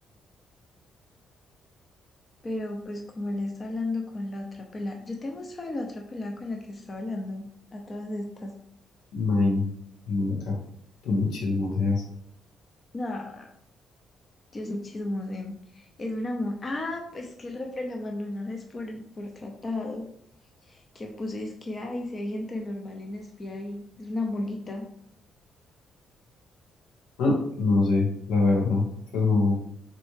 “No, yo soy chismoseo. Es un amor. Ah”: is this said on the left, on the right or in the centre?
Left